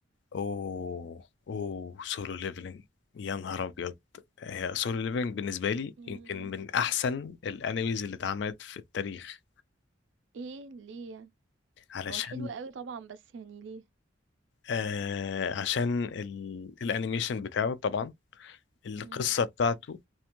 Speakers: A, on the left; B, on the right.
A: اوه اوه سولو ليفلنج يا نهار ابيض هي سولو ليفلنج بالنسبه لي
B: امم
A: يمكن من احسن الانميز اللي اتعملت في التاريخ
B: ايه ليه يعني
A: علشان
B: هو حلو قوي طبعا بس يعني ليه
A: آه عشان ال- الانيميشن بتاعه طبعا القصة
B: امم
A: بتاعته